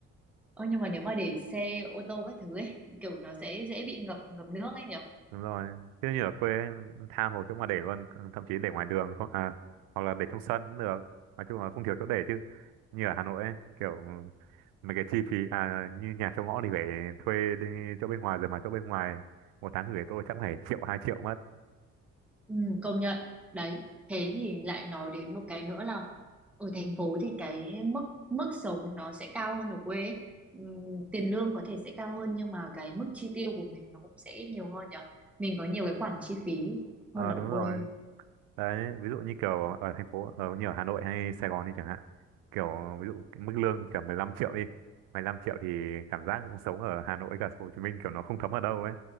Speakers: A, in the centre; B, on the right.
A: ôi nhưng mà nếu mà để xe ô tô các thứ ấy kiểu nó sẽ dễ bị ngập ngập nước ấy nhỉ
B: đúng rồi chứ như ở quê ấy, tha hồ chỗ mà để luôn thậm chí để ngoài đường không à hoặc là để trong sân cũng được nói chung là không thiếu chỗ để chứ như ở Hà Nội ấy, kiểu mấy cái chi phí à như nhà trong ngõ thì phải thuê đi chỗ bên ngoài rồi mà chỗ bên ngoài một tháng gửi tôi chắc phải triệu hai triệu mất
A: ừ, công nhận đấy thế thì lại nói đến một cái nữa là ở thành phố thì cái mức mức sống nó sẽ cao hơn ở quê ấy. Ừ, tiền lương có thể sẽ cao hơn nhưng mà cái mức chi tiêu của mình nó cũng sẽ nhiều hơn nhỉ mình có nhiều cái khoản chi phí
B: ờ
A: hơn là
B: đúng
A: ở quê
B: rồi đấy ví dụ như kiểu ở thành phố ở như ở Hà Nội hay Sài Gòn đi chẳng hạn kiểu ví dụ cái mức lương cả 15 triệu đi 15 triệu thì cảm giác cũng sống ở Hà Nội cả Hồ Chí Minh kiểu nó không thấm ở đâu ấy